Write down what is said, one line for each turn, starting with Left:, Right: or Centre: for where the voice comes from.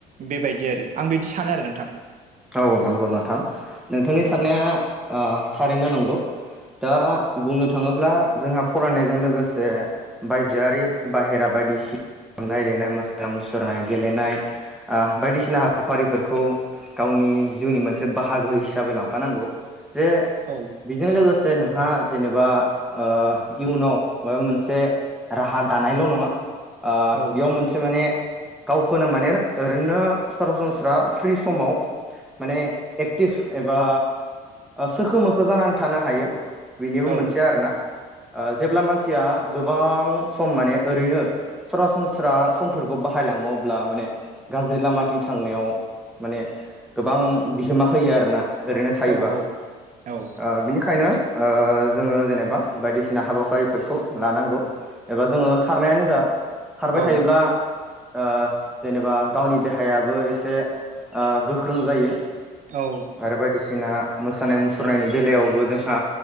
Right: बेबायदि आरो। आं बिद सानो आरो नोंथां।
Centre: औ नंगौ नोंथां। नोंथांनि साननाया
Right: औ
Centre: ओ थारैनो नंगौ। दा बुंनो थाङोब्ला जोंहा फरायनायजों लोगोसे बायजोआरि बाहेरा बायदिसि <inaudible> दामनाय देनाय मोसानाय मुसुरनाय गेलेनाय बायदिसिना हाबाफारिफोरखौ गावनि जिउनि मोनसे बाहागो हिसाबै लांफानांगौ। जे
Right: औ
Centre: बिजों लोगोस जे नोंहा जेनेबा ओ इयुनाव माबा मोनसे राहा दानायल' नङा ओ
Right: औ
Centre: बेयाव मोनसे माने गावखोनो माने ओरैनो सरासनस्रा फ्रि समाव माने एक्टिभ एबा सोखो मोखो जानानै थानो हायो। बेनिबो
Right: औ
Centre: मोनसे आरोना। ओ जेब्ला मानसिया गोबां सम माने ओरैनो सरासनस्रा समफोरखौ बाहायलाङो अब ब्ला माने गाज्रि लामा थिं थांनायाव माने गोबां बिहोमा होयो आरोना। ओरैनो थायोबा।
Right: औ औ
Centre: ओ बिनिखायनो ओ जोङो जेनेबा बायदिसिना हाबा एबा जोङो खारनायानो जा, खारबाय
Right: औ
Centre: थायोब्ला ओ जेनेबा गावनि देहायाबो एसे ओ गोख्रों जायो।
Right: औ
Centre: आरो बायदिसिना मोसानाय मुसुरनायनि बेलायावबो जोंहा